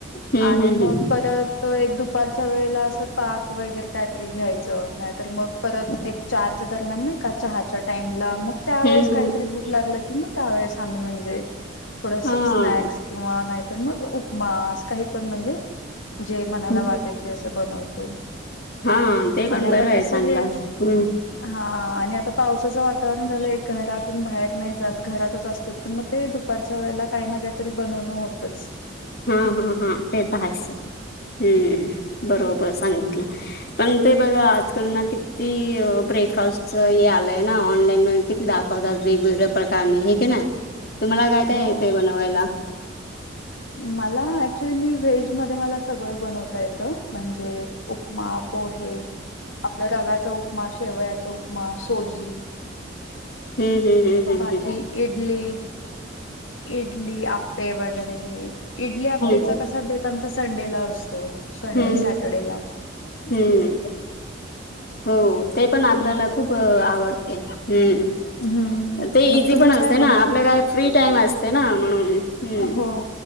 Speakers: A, on the left; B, on the left.
A: हम्म
B: आणि
A: हम्म
B: मग
A: हम्म
B: परत त एक दुपारच्या वेळेला असं ताक वगैरे काहीतरी घ्यायचं, नाहीतर मग परत एक चारच्या दरम्यान नाही का, चहाच्या टाईमला. मग त्यावेेळेस
A: हम्म
B: काहीतरी
A: हम्म
B: भूक लागलं की मग त्यावेळेस आम्ही म्हणजे थोडसं
A: हम्म
B: स्नॅक्स किंवा नाहीतर मग उपमा, असं काहीपण म्हणजे जे मनाला
A: हा
B: वाटेल ते असं बनवतो.
A: हा ते पण
B: आणि आता
A: बरं आहे,
B: कसं
A: चांगलं
B: हे
A: हम्म.
B: हा आणि आता पावसाचं वातावरण झालंय, घरातून बाहेर नाही जात. घरातच असतेत मग ते दु पारच्या वेळेला काही ना काही तरी बनवणं होतंच.
A: हा हा हा ते त आहेस. हम्म बरोबर सांगितलं. पण ते बघा आजकाल ना किती ब्रेकफास्टच हे आलंय ना, ऑनलाईन <unintelligible> किती दाखव वतात वेगवेगळ्या प्रकारने, हे की ना. तुम्हाला काय काय
B: हो
A: येतंय बनवायला?
B: मला ऍक्च्युली मी व्हेज मध्ये मला सगळं बनवता येतं. म्हणजे उपमा पोहे, आपल्या रव्याचा उपमा, शेवयाचा उपमा, सोजी
A: हम्म हम्म हम्म.
B: बाकी
A: हम्म
B: इडली, इडली आप्पे वगैरे हे इडली अप्पेचा
A: हम्म
B: कसा बेत आमचा संडेला असतो. संडे
A: हम्म हम्म
B: सॅटरडे ला.
A: हम्म हो ते पण आपल्याला
B: तुम
A: खूप आवडते, हम्म.
B: हम्म
A: ते
B: मग
A: इझी
B: तुम्ही
A: पण असतंय
B: काय बनवतात
A: ना. आपल्या
B: असं
A: काय फ्री टाईम असते ना म्हणून. हम्म.
B: हो